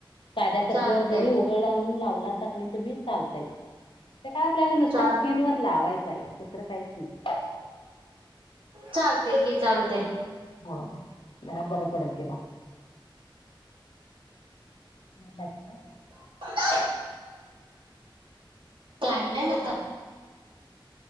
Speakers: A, on the left (about 70°); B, on the right (about 70°).
A: साध्या पर्शीवर
B: चालते
A: जरी उगळून लावलासा कनय तुम्ही चालताय. ते का आपल्याला नुसता
B: चाल
A: स्किन वर लावायचं आहे दुसरं काहीच नाही.
B: चालतेय की चालतेय.
A: बर जरा बरं पडल तिला. अ बाकी काय.
B: <inaudible> काही नाही बघ.